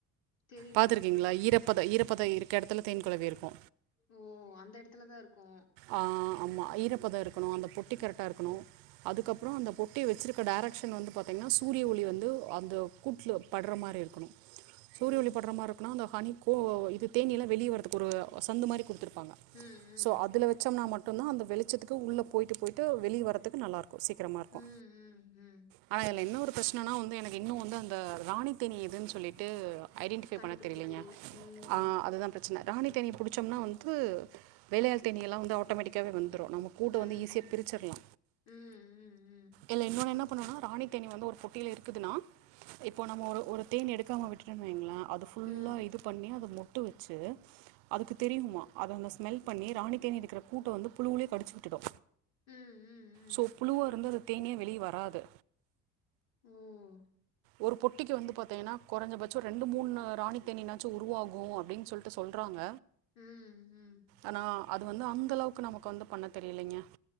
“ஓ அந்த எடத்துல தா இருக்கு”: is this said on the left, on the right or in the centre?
Left